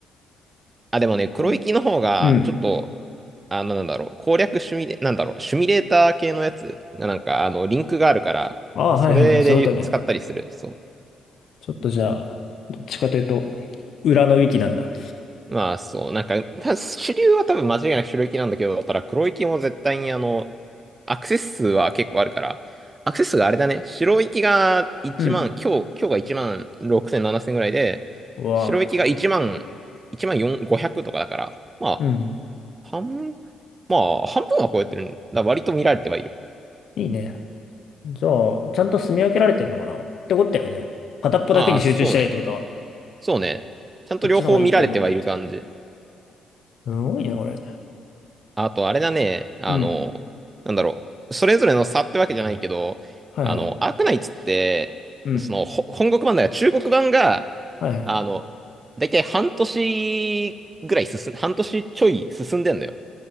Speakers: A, on the right; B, on the left.
A: あ、でもね、黒域の方が、
B: うんうん。
A: ちょっと、あの、なんだろう、攻略シミュレ、なんだろう、シミュレーター系のやつが、なんか、あの、リンクがあるから、
B: あはいはいはい。
A: それで使ったりする。
B: そういうことね。
A: そ
B: ちょっとじゃあ、どっちかというと、裏のウィキなんだ。
A: う。まあ、そう、なんか、た主流は多分間違いなく白域なんだけど、ただ黒域も絶対にあの、アクセス数は結構あるから、アクセス数があれだね、白行きが1万、
B: うん。
A: 今日、今日が1万6000、7000ぐらいで、
B: うわあ。
A: 白行きが1万、1万4、500とかだから、ま
B: うん。
A: あ、半、まあ、半分は超えてるんだ。割と見られてはいる。
B: いいね。じゃあ、ちゃんと住み分けられてんのかなってことだよね。片っぽだけに集中してないってことは、
A: ああ、そうね。そうね。ちゃんと両方見られてはいる感じ。
B: こっちの方がいいって思ってるやつ。すごいね、これ。
A: あと、あれだね。あの、
B: うん。
A: なんだろう。それぞれの差ってわけじゃないけど、
B: はいはい。
A: あの、アークナイツって、
B: うん。
A: その、ほ本国版だから中国版が、
B: はいはい。
A: あの、だいたい半年ぐらい進ん、半年ちょい進んでんだよ。